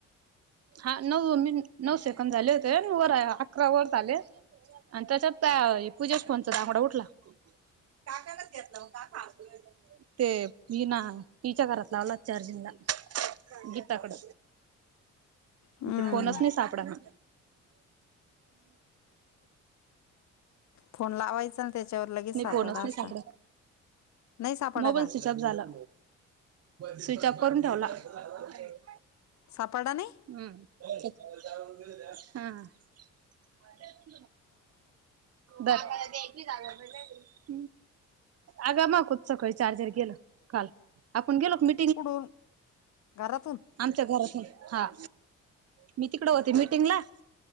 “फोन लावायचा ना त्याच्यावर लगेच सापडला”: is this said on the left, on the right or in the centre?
Left